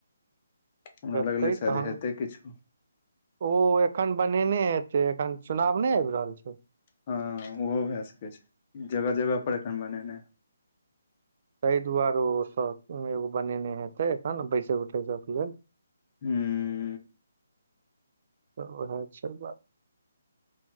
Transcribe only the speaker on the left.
हमरा
लगलै शायद
हेतै किछो
हँ ओहो भए सकै छै जगह जगह पर एखन बनेनाइ हेते
हूँ